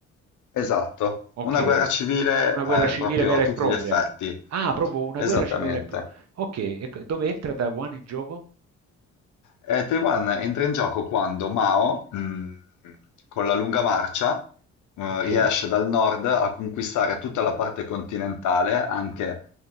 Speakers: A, on the left; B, on the right.
A: esatto,
B: Okay.
A: una guerra civile
B: Una guerra
A: eh,
B: civile
A: proprio
B: vera
A: a tutti
B: e propria.
A: gli effetti,
B: Ah, proprio una
A: esattamente.
B: guerra civile vera e propria. Okay, e c dove entra Taiwan in gioco?
A: Eh, Taiwan entra in gioco quando Mao, mh, con la lunga marcia, mh,
B: Okay,
A: riesce dal nord a conquistare tutta la parte continentale, anche